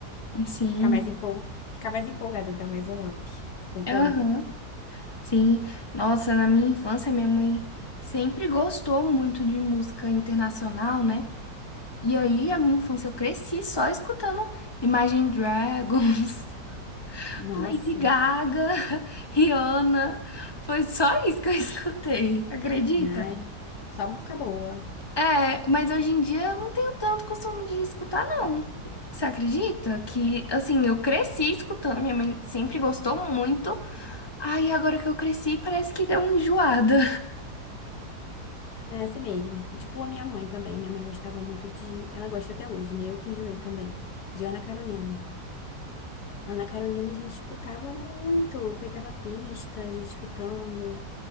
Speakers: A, on the left; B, on the left.
A: Sim.
B: Ficar mais empol... Ficar mais empolgada, dar mais um up. Você concorda?
A: Aham. Sim. Nossa, na minha infância, minha mãe sempre gostou muito de música internacional, né? E aí, a minha infância, eu cresci só escutando Imagine Dragons. <laughs>
B: Nossa,
A: Lady Gaga, <laughs> Rihanna, foi só isso que eu <laughs> escutei, acredita?
B: ai, só música boa.
A: É, mas hoje em dia eu não tenho tanto costume de escutar, não. Você acredita que, assim, eu cresci escutando, minha mãe sempre gostou muito, aí agora que eu cresci parece que deu uma enjoada.
B: É assim mesmo. E, tipo a minha mãe também. Minha mãe gostava muito de. Ela gosta até hoje, né? Eu que enjoei também. De Ana Carolina. Ana Carolina a gente escutava muito, Eu pegava pista, a gente escutando.